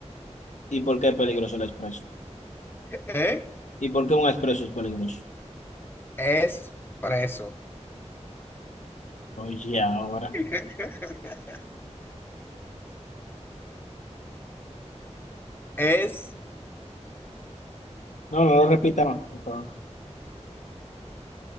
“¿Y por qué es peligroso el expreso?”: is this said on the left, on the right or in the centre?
Left